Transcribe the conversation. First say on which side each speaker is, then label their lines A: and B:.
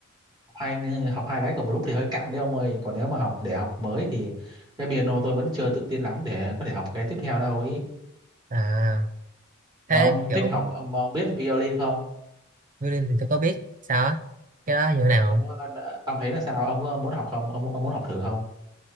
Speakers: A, on the right; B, on the right.
A: Hai học hai cái cùng một lúc thì hơi căng đấy ông ơi. Còn nếu mà học để học mới thì cái piano tôi vẫn chưa tự tin lắm để có thể học cái tiếp theo đâu ý.
B: À, thế
A: Mà ông
B: kiểu
A: thích học, mà ông biết violin không?
B: violin thì tôi có biết, sao á? Cái đó như thế nào
A: Ông
B: không?
A: có- ông thấy là sao? Ông có muốn học không? Ông ông muốn học thử không?